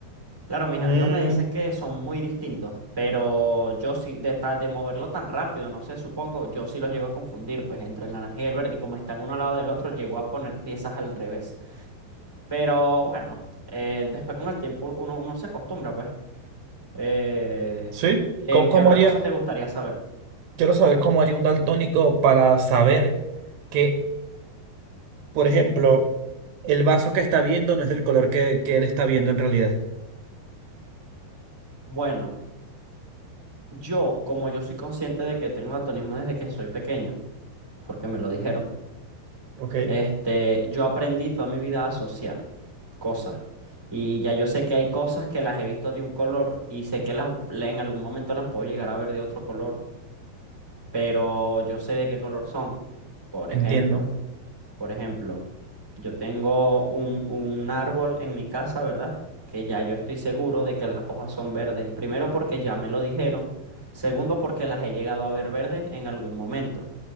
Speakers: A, in the centre; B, on the right.
A: claro, mis
B: Mm,
A: amigos me dicen que son muy distintos, pero yo sí, de tal de moverlo tan rápido, no sé, supongo, yo sí los llego a confundir, pues entre el naranja y el verde, y como están uno al lado del otro, llego a poner piezas al revés. Pero bueno, eh, después con el tiempo uno, uno se acostumbra, pues. Eh,
B: ¿sí?
A: ¿qué,
B: ¿Cómo, cómo
A: qué otra
B: haría?
A: cosa te gustaría saber?
B: Quiero saber cómo haría un daltónico para saber. que Por ejemplo, el vaso que está viendo no es del color que, que él está viendo en realidad.
A: Bueno, yo, como yo soy consciente de que tengo daltonismo desde que soy pequeño, porque me lo dijeron,
B: Ok,
A: este, yo aprendí toda mi vida a asociar cosas. Y ya yo sé que hay cosas que las he visto de un color y sé que las, en algún momento las puedo llegar a ver de otro color, pero yo sé de qué color son. Por ejemplo.
B: Entiendo.
A: Por ejemplo, yo tengo un, un árbol en mi casa, ¿verdad? Que ya yo estoy seguro de que las hojas son verdes. Primero porque ya me lo dijeron. Segundo porque las he llegado a ver verdes en algún momento.